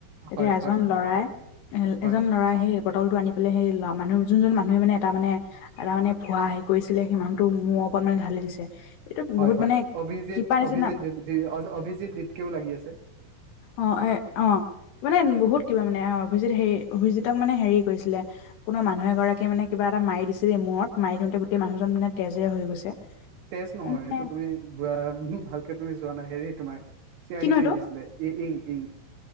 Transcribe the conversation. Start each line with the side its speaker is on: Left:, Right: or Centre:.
Left: তেতিয়া
Right: হয়
Left: এজন
Right: হয় হয়
Left: লৰাই
Right: হয়
Left: এজন লৰাই সেই- বটলটো আনি পেলাই সেই লৱা মানুহ যোনজন মানুহে মানে এটা মানে- এটা মানে ভুৱা হেই কৰিছিলে সেই মানুহটো মূৰ ওপত মানে ঢালি দিছে। এইটো
Right: হয়
Left: বহুত
Right: হয়,
Left: মানে
Right: অভিজিত
Left: কিবা নিচিনা
Right: অভিজিত অভিজিত দিপকেও লাগি আছে।
Left: অঁ' এ অঁ' মানে বহুত কিবা মানে অঁ অভিজিত হেৰি, অভিজিতক মানে হেৰি কৰিছিলে- কোনো মানুহ এগৰাকীয়ে মানে কিবা এটা মাৰি দিছে দেই মূৰত, মাৰি দিওঁতে গোটেই মানুহজন মানে তেজে হৈ গৈছে।
Right: তেজ নহয়,
Left: মানে
Right: এইটো তুমি বোৱা ভালকে তুমি চোৱা নাই, হেৰি তোমাৰ- চিয়াহী
Left: কিনো এইটো
Right: মাৰি দিছিলে, ই-ইংক, ইংক